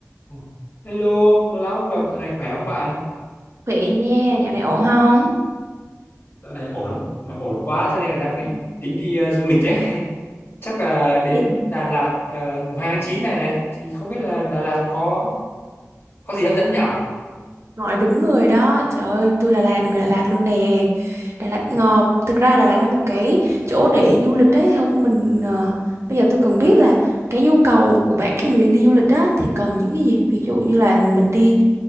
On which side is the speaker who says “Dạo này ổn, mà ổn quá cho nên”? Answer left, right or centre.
Left